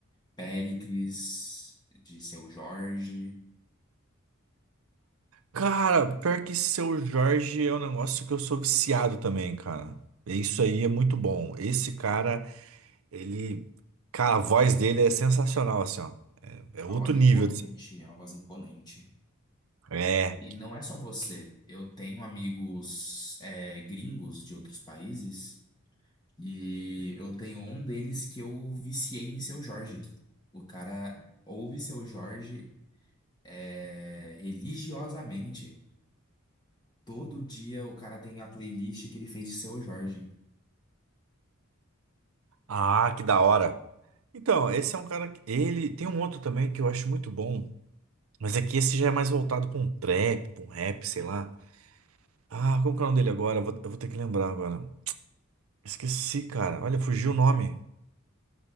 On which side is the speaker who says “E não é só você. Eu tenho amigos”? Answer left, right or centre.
Left